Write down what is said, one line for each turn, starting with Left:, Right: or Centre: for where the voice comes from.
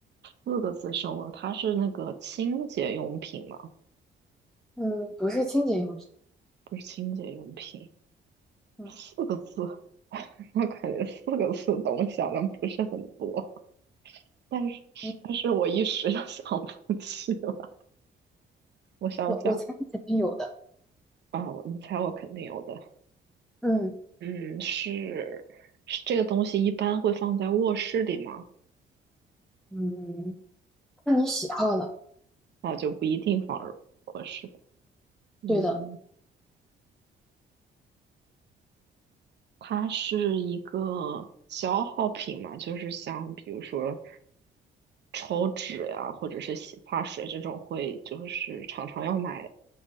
Right: 四个字生物。它是那个清洁用品吗？
Centre: 嗯，不是清洁用品。
Right: 不是清洁用品，
Centre: 嗯
Right: 四个字。<laughs> 我感觉四个字的东西好像不是很多，但是但是我一时又
Centre: 嗯，
Right: <laughs> 想不起了。我想想
Centre: 我我猜你肯定有的。
Right: 啊，我你猜我肯定有的。
Centre: 嗯
Right: 嗯，是是这个东西一般会放在卧室里吗？
Centre: 嗯，看你喜好了。
Right: 那就不一定放卧室。嗯，
Centre: 对的，
Right: 它是一个消耗品嘛，就是像比如说抽纸呀、或者是洗发水这种会就是常常要买